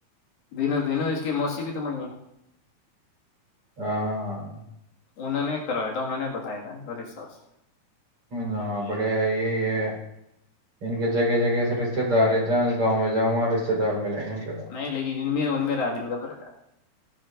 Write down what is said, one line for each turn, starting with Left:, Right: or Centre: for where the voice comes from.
Left: بینو بینو اس کی موسی بھی تمیں
Right: ہاں <unintelligible>
Left: انوں نے کروایا تھا انہوں نے بتایا تھا ان کا ر بس <unintelligible>
Right: ہاں بڑے یہی ہے ان کے جگہ جگہ سے رشتے دار ہے <unintelligible> ج گاؤں میں <unintelligible> دار ملیں گے ان کے تو
Left: نہیں لیکن ما دن کا پھر گیا <unintelligible>